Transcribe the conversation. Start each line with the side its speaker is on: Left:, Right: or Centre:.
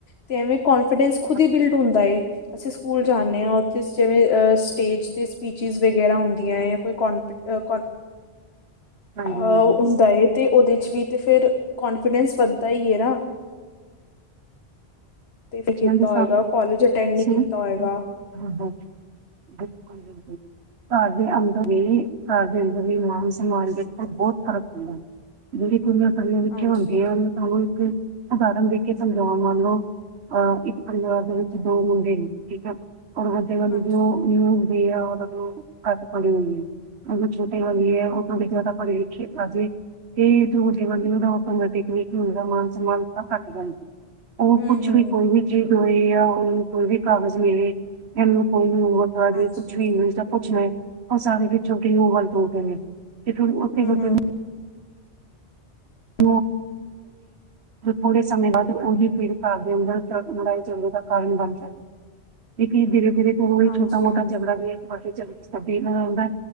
Left: ਤੇ ਐਵੇਂ ਕੋਂਨਫੀਡੈਂਸ ਖੁਦ
Right: ਹਾਂਜੀ
Left: ਹੀ ਬਿਲਡ ਹੁੰਦਾਏ ਅਸੀਂ ਸਕੂਲ ਨੇ ਹਾਂ ਉੱਥੇ ਸਿਵੇਂ ਸਟੇਜ ਤੇ ਸਪੀਚੀਜ਼ ਵਗੈਰਾ ਹੁੰਦੀਆਂ ਹੈ। ਕੋਨ ਅ ਕੋਨ
Right: ਹਾਂਜੀ
Left: ਅਹ
Right: ਹਾਂਜੀ
Left: ਹੁੰਦਾ ਏ ਤੇ ਉਹਦੇ ਚ ਵੀ ਤੇ ਫਿਰ ਕਾਨਫੀਡੈਂਸ ਵੱਧਦਾ ਹੀ ਹੈ ਨਾ ਤੇ ਵੀ ਕੀਤਾ
Right: ਕੋਨਫੀਡੈਂਸ
Left: ਹੋਏਗਾ ਕੋਲਜ ਅਟੈਂਡ ਨਹੀਂ
Right: ਸੀ
Left: ਕੀਤਾ ਹੋਏਗਾ
Right: ਬਿਲਕੁਲ-ਬਿਲਕੁਲ ਘਰ ਦੇ ਅੰਦਰ ਵੀ ਘਰ ਦੇ ਅੰਦਰ ਵੀ ਮਾਨ ਸਮਾਨ ਦੇ ਉ ਬਹੁਤ ਫ਼ਰਕ ਹੁੰਦਾ ਪੂਰੀਆਂ ਸਮੀਆਂ ਵਿੱਚੇ
Left: ਹਾਂਜੀ
Right: ਹੁੰਦੀਆਂ
Left: ਹਾਂਜੀ
Right: ਸਾਨੂੰ ਇੱਕ ਉਦਾਹਰਨ ਦੇ ਕੇ ਸਮਝਾਵਾਂ ਬੋਲੋ ਅਹ ਇੱਕ ਪਰਿਵਾਰ ਦੇ ਵਿੱਚ ਦੋ ਮੁੰਡੇ ਨੇ ਠੀਕ ਹੈ ਵੱਡੇ ਕਾ <unintelligible>
Left: ਹਾਂਜੀ
Right: ਉਹ ਘੱਟ ਪੜ੍ਹੀ ਹੋਈ ਹੈ ਉਹ ਛੋਟੇ ਵਾਲੀ ਹੈ ਉਹ ਥੋੜਾ ਜਿਆਦਾ ਪੜੀ ਲਿਖੇ ਆਜਵੇ ਤੇ ਵੱਡੇ ਦਾ ਮ ਟਿਕ ਹਦਾ ਮਾਨ ਮਮਾਨ ਘੱਟ ਬਣਦਾ
Left: ਹੂੰ
Right: ਕੁਛ
Left: ਹੂੰ
Right: ਵੀ ਕੋਈ ਵੀ ਚੀਜ਼ ਦੋਏ ਆ ਉਹਨਾਂ ਨੂੰ ਕੋਈ ਵੀ ਕਾਗਜ਼ ਮਿਲੇ ਇਹਨੂੰ ਕੋ
Left: ਹਾਂਜੀ
Right: ਜੇ ਕੁਛ ਵੀ ਸਭ ਕੁੱਛ ਮੈਂ ਉਹ ਸਾਰੇ ਪਿਛੋਂ ਗਊ ਵੱਲ ਕਤਦੇ ਨੇ
Left: ਹੂੰ ਹੂੰ
Right: <unintelligible> <inaudible>
Left: ਹੂੰ,
Right: ਥੋੜੇ ਸਮੇਂ ਬਾਅਦ ਉਹਹੀ ਪੀੜ ਘਰ ਦੇ ਅੰਦਰ ਲੜਾਈ ਚਝੱਲੇ ਦਾ ਕਾਰਨ ਬਣ ਜਾਂਦਾ ਕਿਕਿਰੇ ਵਗਰੇ ਕੋੜ
Left: ਹਾਂਜੀ
Right: ਛਟਾ
Left: ਹਾਂਜੀ
Right: <unintelligible> ਚਗੜਾ ਵੀ ਚੱਲ ਗ ਸਬ ਆਦਾ